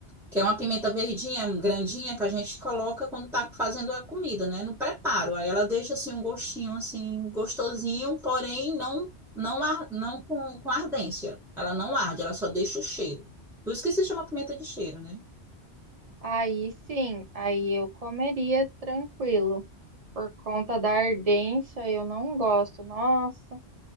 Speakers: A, in the centre; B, on the right.
A: que é uma pimenta verdinha, grandinha, que a gente coloca quando tá fazendo a comida, né? No preparo. Aí ela deixa assim um gostinho assim gostosinho, porém não não ar- não com, com ardência. Ela não arde, ela só deixa o cheiro. Por isso que se chama pimenta de cheiro, né?
B: aí sim, aí eu comeria tranquilo. Por conta da ardência, eu não gosto. Nossa.